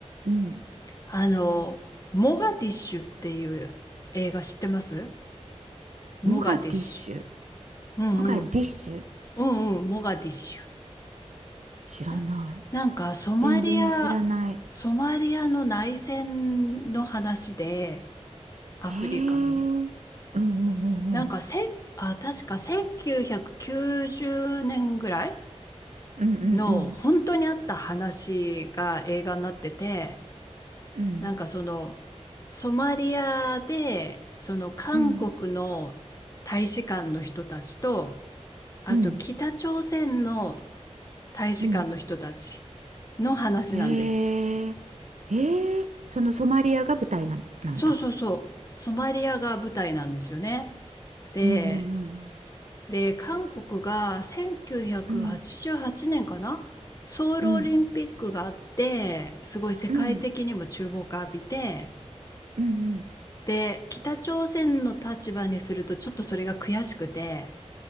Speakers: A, on the right; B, on the left.
A: うん。うん。
B: あの、モガディッシュっていう映画知ってますモガディッシ
A: モガディッシュ。
B: ュ。うんうん。
A: モガディッシュ
B: うんうん、モガディッシュ。
A: 知らない。
B: な、なんか、ソマリア、
A: 全然知らない。
B: ソマリアの内戦の話で、アフリカの。
A: へえ。うんうんうんうん。
B: なんかせん、あ、確か1990年ぐらい
A: うんうんうん
B: の本当にあった話が映画になってて、
A: うん
B: なんかそのソマリアでその韓国の大使館の人たちと、
A: うん
B: あと北朝鮮の
A: うん
B: 大使館の人たち
A: うん。
B: の話なんです。
A: へえ。へえ。そのソマリアが舞台なん、なんだ。
B: そうそうそう。ソマリアが舞台なんですよね。で、
A: うんうん
B: で、韓国が1988年かなソウルオリンピックがあって、
A: うんうんうん
B: すごい世界的にも注目を浴びて、
A: うんうんうん
B: で、北朝鮮の立場にするとちょっとそれが悔しくて、